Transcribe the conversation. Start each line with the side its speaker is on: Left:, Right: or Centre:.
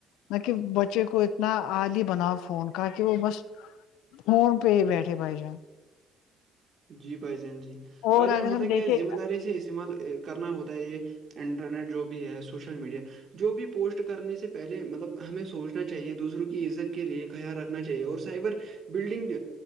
Left: نہ کہ بچے کو اتنا عادی بناؤ فون کا کہ وہ بس فون پہ بیٹھے بھائی جان
Right: جی بھائی جان جی
Left: اور
Right: بھائی جان
Left: اگر
Right: ہوتا
Left: ہم
Right: ہے
Left: دیکھیں
Right: کیا ذمہ داری سے استعمال کرنا ہوتا ہے یہ انٹرنیٹ جو بھی ہے سوشل میڈیا جو بھی پوسٹ کرنے سے پہلے مطلب ہمیں سوچنا چ چاہیے دوسروں کی عزت کے لیے خیال رکھنا چاہیے اور سائبر بلڈنگ